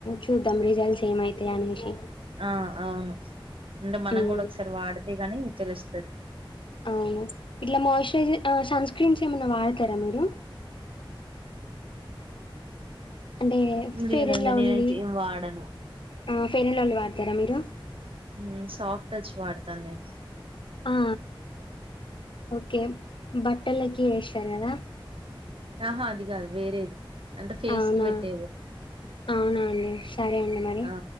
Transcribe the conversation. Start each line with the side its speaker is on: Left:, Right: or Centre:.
Left: చూద్దాం రిజల్ట్స్. ఏమైతే అనేసి
Right: ఆ, అవును. మనం
Left: హ్మ్.
Right: గుడ ఒకసారి వాడి ఇగనీ తెలుస్తది.
Left: అవును. ఇట్ల మాయిశ్చరైజర్ ఆ సన్ స్క్రీన్స్ ఏమైన్న వాడ్ ర మీరు అంటే, ఫెయిర్
Right: లేదండి
Left: అండ్ లవ్లీ?
Right: నేనైతే ఏం వాడను
Left: ఆ ఫెయిర్ అండ్ లవ్లీ వాడతర మీరు?
Right: ఊఁ, సాఫ్ట్ టచ్ వాడతాను నేను.
Left: ఆ ఒకే. బట్టలకి వేసారు కదా
Right: ఆహా అది కా అదు వేరేది అంటే ఫేస్
Left: అవునా
Right: కి పెట్టేది
Left: అవునా అండి సరే అండి మరి
Right: ఆ